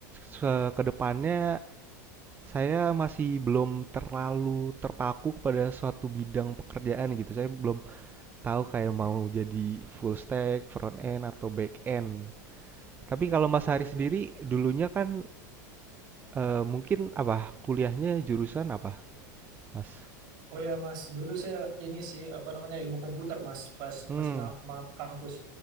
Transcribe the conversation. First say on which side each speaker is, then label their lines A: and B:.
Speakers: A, on the right; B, on the right.
A: se- ke depannya saya masih belum terlalu terpaku kepada suatu bidang pekerjaan gitu. Saya belum tahu kayak mau jadi full stack, front end atau back end. Tapi kalau Mas
B: Oh.
A: Hari sendiri dulunya kan eh, mungkin apa? Kuliahnya jurusan apa, Mas?
B: Oh ya Mas, dulu saya ini sih apa namanya ilmu komputer Mas, pas
A: Hmm,
B: masih nggak ma- kampus.